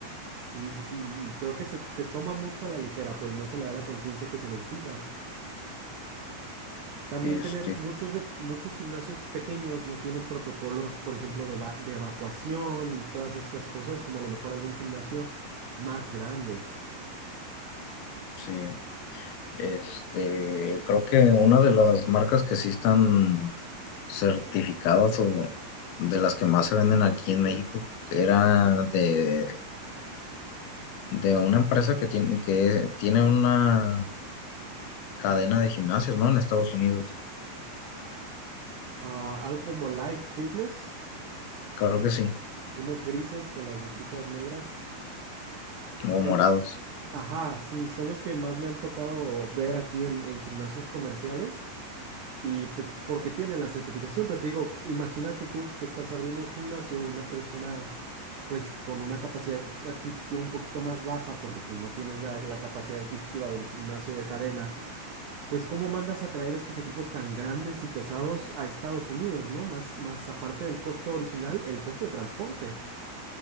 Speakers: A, on the right; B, on the left.
A: Sí, sí, sí, y creo que se, se toma mucho a la ligera, pues no se le da la conciencia que se necesita. También
B: Este,
A: tener muchos, de, muchos gimnasios pequeños no tienen protocolos, por ejemplo, de, eva- de evacuación y todas estas cosas, como a lo mejor algún gimnasio más grande.
B: sí. Este, creo que una de las marcas que sí están certificadas o de las que más se venden aquí en México era de, de una empresa que tiene, que tiene una cadena de gimnasios, ¿no? En Estados Unidos.
A: Ah, algo como Life Fitness,
B: Creo que sí.
A: unos grises con las letritas negras.
B: O
A: Es,
B: morados.
A: ajá, sí, son los que más me han tocado ver aquí en en gimnasios comerciales Y pues porque tiene la certificación, pero te digo, imagínate tú que estás abriendo un gimnasio, una persona pues con una capacidad adquisitiva un poquito más baja, porque pues no tienes la, la capacidad adquisitiva de un gimnasio de cadena, pues cómo mandas a traer estos equipos tan grandes y pesados a Estados Unidos, ¿no? Más, más aparte del costo original, el costo de transporte.